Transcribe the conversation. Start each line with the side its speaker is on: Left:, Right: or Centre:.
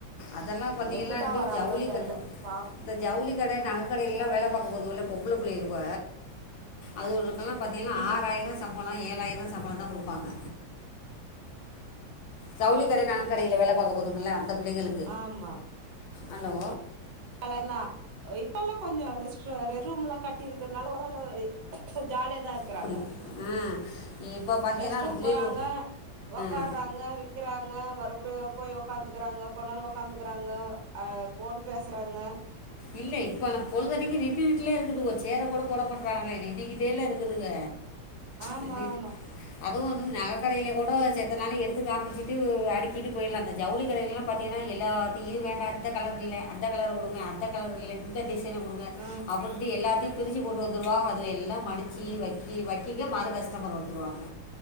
Left: அதெல்லாம் பார்த்தீங்கன்னா
Right: எப்டித்தா
Left: இது
Right: வராங்களோ
Left: ஜவுளி
Right: தெர்ல
Left: க
Right: பாவ்
Left: இந்த ஜவுளி கட நக கடைல்லா வேல பாக்க போதுவல்ல பொம்புள புள்ளைல்வ அதுவலுக்கலா பாத்தீங்ன்னா
Right: ம்
Left: ஆறாயிர சம்பளோ ஏழாயிர சம்பள தா குடுபாங்க சவுளி கடை நக கடையில வேல பாக்க போதுங்கள அந்த புள்ளங்களுக்
Right: ஆமா
Left: அலோ
Right: கலநா உ இப்பலா கொஞ்சு ரெஸ்ட்ராரு ஸ்ட்ரூம்லா கட்டிருகற்னால ஒறலவு ஜாலியாதா இருக் க்றாங்க
Left: இப்படி ஆ இப்போ பார்த்தீங்கன்னா
Right: ரெஸ்ட்ரூம்
Left: அது புளியல்
Right: போறாங்க ஒக்கறாங்க
Left: ஆ
Right: விக் க்கிறாங்க மறுபுடியு போய் ஒக்காந்துகுறாங்க கொஞ்நேர ஒக்காந்துகறாங்க அ போன் பேஸ் சுறாங்க
Left: இல்லை இப்ப நா பொழ்தனிக்கி நிட்டுட்டுல இருக்குதுவோ சேர கூட போட மாட்றாகளே நின்னிகிட்டேல்ல இருக்குதுங்க
Right: ஆமா
Left: நின்னிட்
Right: ஆமா
Left: அதுவு வந்து நககடைய்லே கூடொ செத்த நாளி எடுத்து காமிச்சிட்டு அடிகிட்டு போயிட்லா இந்த ஜவுளி கடைய்லலாம் பாத்தீன்னா எல்லாத்தியு வேண்டா இந்த கலர் இல்ல அந்த கலர் குடுங்க ஆ இந்த கலர் இல்ல இந்த டிசைனு குடுங்க
Right: ஆ
Left: அப்புன்ட்டு எல்லாத்தி பிரிச்சு போட்டுவந்துடுவாங்க அதுவ எல்லா மடிச்சி வக்கி வக்கிங்க மறு கஸ்டமர் வந்துருவாங்க